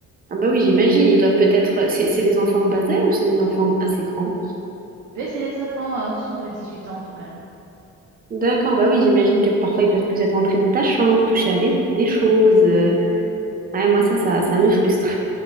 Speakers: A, on the right; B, on the right.
A: ah bah oui j'imagine, ils doivent peut-être... euh, C'est c'est des enfants en bas âge ou c'est des enfants assez grands?
B: Mais c'est les enfants en dessous de 18 ans, en tout cas.
A: D'accord, bah oui j'imagine que parfois ils peuvent peut-être entrer dans ta chambre, toucher à des, des choses. euh. Ouais, moi ça, ça, ça me frustre.